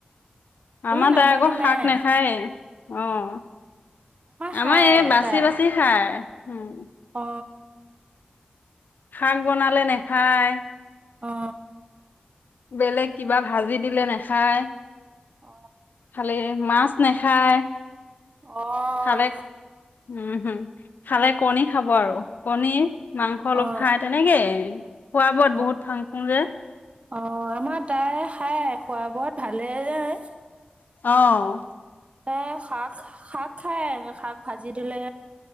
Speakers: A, on the right; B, on the left.
A: ইমান
B: আমাৰ
A: আমনি
B: তাই আকৌ শাক
A: নাই
B: নাখায়ে আহ
A: খাই
B: আমাৰ এই বাচি
A: তাই
B: বাচি খাই উম
A: অ
B: শাক বনালে নেখায়
A: অ
B: বেলেগ কিবা ভাজি দিলে নাখায়
A: অ
B: খালে মাছ নেখায়
A: আহ
B: খালে উম হম খালে কণী খাব আৰু কণী মাংস অলপ
A: অ
B: খাই তেনেকে খোৱা বোৱাত
A: অ
B: বহুত থাং ফুং যে
A: অ আমাৰ তাই খাই খোৱা বোৱাত ভালে যায়
B: অ
A: তাই শাক, শাক খায়, শাক ভাজি দিলে,